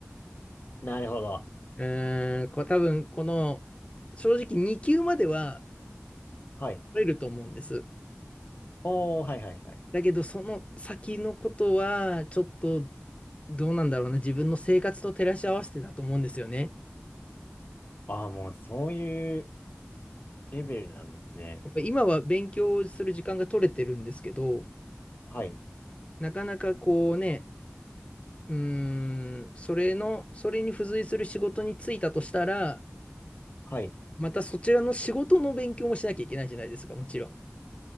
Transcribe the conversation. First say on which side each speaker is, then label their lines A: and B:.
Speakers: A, on the left; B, on the left.
A: なるほど。
B: うーん、こう多分この正直2級までは
A: はい。
B: 取れると思うんです。
A: おー、はいはいはい。
B: だけどその先のことはちょっとどうなんだろうな自分の生活と照らし合わせてだと思うんですよね。
A: ああ、もうそういうレベルなんですね。
B: やっぱ今は勉強する時間が取れてるんですけど
A: はい。
B: なかなかこうねうーんそれのそれに付随する仕事に就いたとしたら
A: はい。
B: またそちらの仕事の勉強もしなきゃいけないじゃないですかもちろん。